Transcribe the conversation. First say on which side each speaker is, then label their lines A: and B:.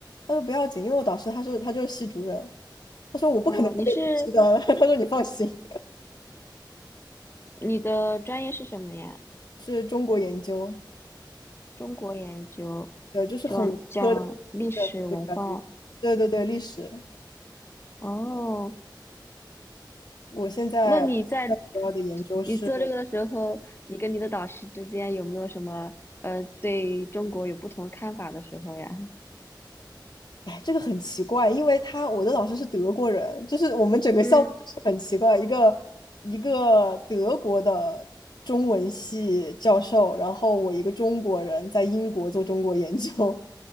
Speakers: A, on the left (about 70°); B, on the left (about 30°).
A: 他说不要紧，因为我导师他是他就是系主任，他说我不可能不给你批的，
B: 哦，你是
A: <laughs> 他说你放心，
B: 你的专业是什么呀？
A: 是中国研究，
B: 中国研究，
A: 对，就是很文科的
B: 讲讲历史文化。
A: 一个一个专业，对对对，历史。
B: 哦，
A: 我现在在主要的研究是，
B: 那你在你做这个的时候，你跟你的导师之间有没有什么呃对中国有不同看法的时候呀？
A: 哎，这个很奇怪，因为他我的老师是德国人，就是我们整个项目就是很奇怪，
B: <laughs> 嗯，
A: 一个一个德国的中文系教授，然后我一个中国人在英国做中国研究，